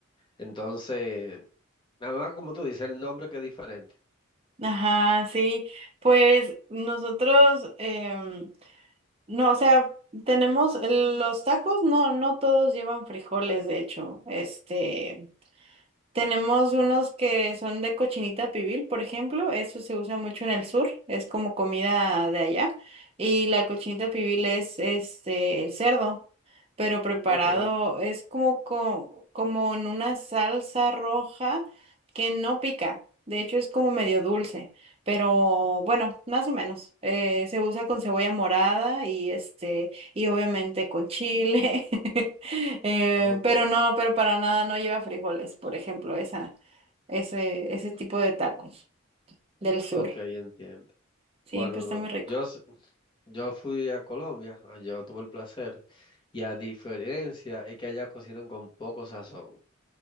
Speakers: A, on the left; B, on the right.
A: Entonces, nada más como tú dices, el nombre que es diferente.
B: Ajá, sí. Pues nosotros, em, no, o sea, tenemos el- los tacos, no, no todos llevan frijoles, de hecho. Este, Tenemos unos que son de cochinita pibil, por ejemplo, eso se usa mucho en el sur, es como comida de allá. Y la cochinita pibil es este el cerdo, pero preparado
A: Ok,
B: es como co- como en una salsa roja que no pica. De hecho es como medio dulce, pero bueno, más o menos. Eh, se usa con cebolla morada y este y obviamente con chile. <laughs> Eh,
A: ok,
B: pero no, pero para nada no lleva frijoles, por ejemplo, esa, ese, ese tipo de tacos del sur.
A: ok, entiendo.
B: Sí,
A: Bueno,
B: pero está
A: no,
B: muy rico.
A: yo, s- yo fui a Colombia, ah, yo tuve el placer y a diferencia es que allá cocinan con poco sazón.